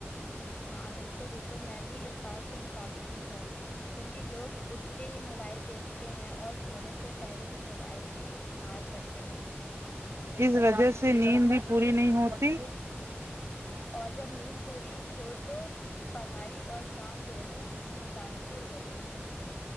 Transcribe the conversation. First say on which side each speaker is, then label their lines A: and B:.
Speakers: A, on the left; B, on the right.
A: ہاں بالکل بالکل میں بھی اس بات سے متقف ہوں کیونکہ لوگ ا تے ہی موبائل دیکھتے ہیں اور سونے سے پہلے بھی موبائل ہی استعمال کرتے ہیں
B: اس وجہ سے نیند بھی پوری نہیں ہوتی
A: اور جب نیند پوری ہو تو پڑھائی اور کام دونوں متاثر ہوتے ہیں